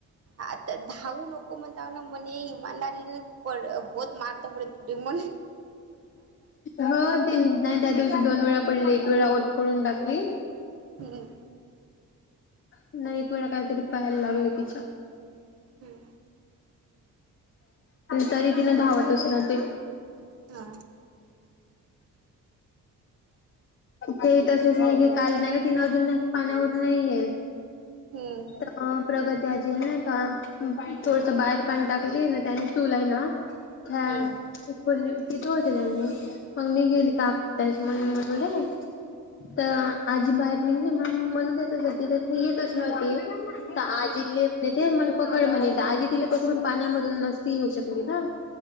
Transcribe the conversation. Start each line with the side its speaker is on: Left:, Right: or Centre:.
Right: आता धावू नको. म्हणताव ना मणे ईमानदारी प बोहत मारतो पडे त म-
Left: हो तीन नाही त्या दिवशी दोन वेळा पडली, एक वेळा ओठ फोडून टाकली.
Right: हूं...
Left: नाही एक वेळा काहीतरी पायाला लागले तिच्या.
Right: हुं...
Left: तरी तिनं धावतच राहते. <unintelligible>
Right: हा
Left: ते तसंच आहे की काल नाही का, तिन अजून नाही का पाण्यावरून नाही येत.
Right: हम्म,
Left: तर प्रगती अजी ना का थोडस
Right: हम्म
Left: बाहे ''--'' पाणी टाकली ना चूल आहे ना, हया
Right: हम्म हम्म
Left: खली तिथे होते त्यांनी मग मी गेली का. स मबर मध्ये तर <inaudible> आजी बाहेर निघली मग म्हणून देतच होती त्याथ येतच नव्हती तर आजीले.
Right: हम्म
Left: नाही ते मला पकड म्हणे दाजी तिले पकडून पाण्यामधून नसती येऊ शकली ना.